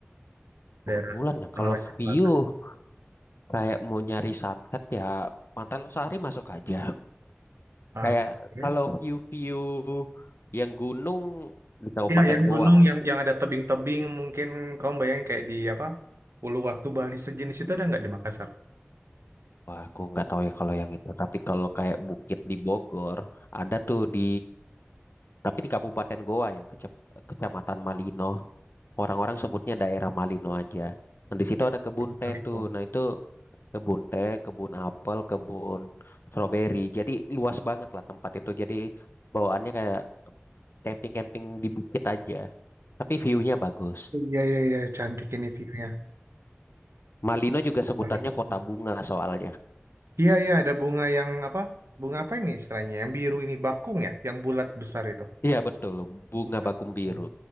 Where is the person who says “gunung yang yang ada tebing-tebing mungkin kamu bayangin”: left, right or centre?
Right